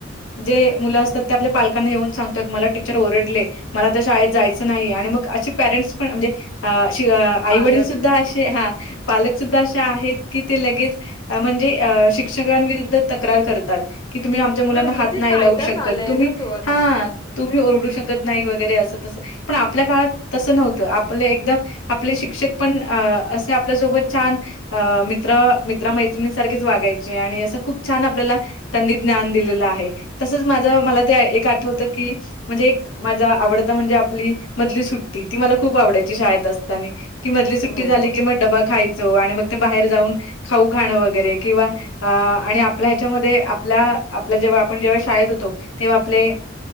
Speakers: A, on the left; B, on the left.
A: जे मुलं असतात ते आपल्या. पालकांना येऊन सांगतात. मला टीचर ओरडले मला त्याशाळेत जायचं नाही. आणि मग असे पेरेंट्स पण म्हणजे, अशी आईवडील
B: पालक
A: सुद्धा असे हा पालक सुुद्धा असे ते आहेत की ते लगेच, म्हणजे शिक्षकांविरूद्ध तक्रार करतात. की तुम्ही आमच्या मुलांना
B: हा म्हणजे
A: हात नाही
B: कायदाच
A: लावू शकत
B: आलाय
A: तुम्ही
B: ना तो आता
A: हा. तुम्ही ओरडू शकत नाही वगैरे असं तसं पण आपल्या काळात तसं नव्हतं आपलं एकदम आपले शिक्षक पण, अ.. असे आपल्यासोबत छान. अ.. मित्र मित्रमैत्रिणीसारखेच वागायचे, आणि असं खूप छान आपल्याला. त्यांनी ज्ञान दिलेलं आहे. तसंच माझं मला ते एक आठवत की म्हणजे एक माझा आवडता म्हणजे आपली मधली सुट्टी ती मला खूप आवडायची शाळेत असताने. की मधली सुट्टी
B: हो.
A: झाली की मग डबा खायचो आणि मग ते बाहेर जाऊन खाऊ खाणं वगैरे किंवा आणि आ आपल्या ह्याच्यामध्ये आप पला आपला जेव्हा आपण जेव्हा शाळेत होतो तेव्हा आपले